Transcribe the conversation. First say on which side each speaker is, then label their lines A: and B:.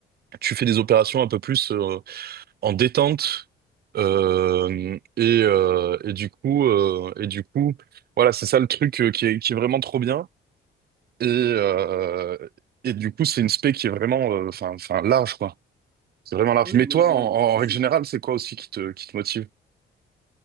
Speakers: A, on the right; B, on the right.
A: tu fais des opérations un peu plus euh, en détente. euh, et, euh, et du coup, euh, et du coup, voilà, c'est ça le truc euh, qui est, qui est vraiment trop bien. Et, euh, et du coup, c'est une spé qui est vraiment, euh, enfin, enfin, large, quoi. C'est vraiment large.
B: Oui,
A: Mais
B: oui, moi
A: toi,
B: je,
A: en, en
B: je,
A: règle générale,
B: je-
A: c'est quoi aussi qui te, qui te motive?